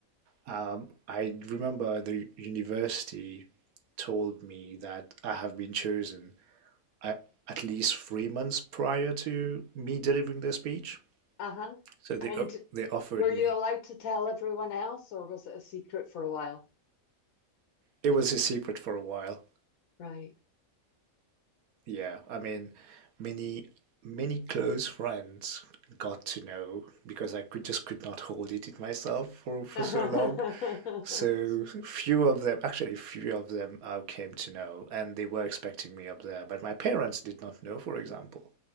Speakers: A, on the right; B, on the left.
A: Um, I remember the university told me that I have been chosen a- at least three months prior to me delivering the speech.
B: Uh-huh.
A: So they
B: And
A: o- they offered
B: were you
A: me.
B: allowed to tell everyone else, or was it a secret for a while?
A: It was a secret for a while.
B: Right.
A: Yeah, I mean, many many close friends got to know because I could just could not hold it in myself for for
B: <laughs>
A: so long. So few of them, actually, few of them I came to know, and they were expecting me up there, but my parents did not know, for example,